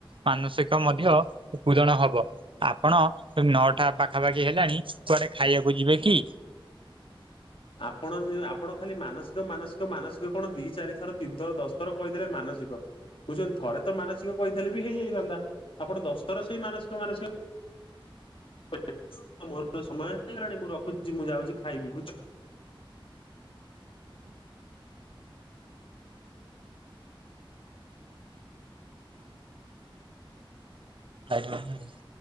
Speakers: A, on the right (about 70°); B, on the left (about 75°).
A: ମାନସିକ ମଧ୍ୟ ପୂରଣ ହବ। ଆପଣ ତ ନଅଟା ପାଖାପାଖି ହେଲାଣି କୁଆଡେ ଖାଇଆକୁ ଯିବେ କି?
B: ଆପଣ ଜେଉ ଆପଣ ଖାଲି ମାନସି ମାନସିକ ମାନସିକ କଣ ଦି ଚାରି ଥର ତିନି ଥର ଦଶଥର କହିଦେଲେ ମାନସିକ ବୁଝୁଛନ୍ତି ଥରେ ତ ମାନସିକ କହିଥିଲେ ବି ହେଇଯାଇଥାନ୍ତା ଆପଣ ଦଶଥର ସେଇ ମାନସିକ ମାନସିକ। <inaudible> ମୋର ସମୟ ହେଇଗଲାଣି ମୁଁ ରଖୁଛି ମୁଁ ଯାଉଛି ଖାଇବି ବୁଝ
A: ଆଜ। <unintelligible>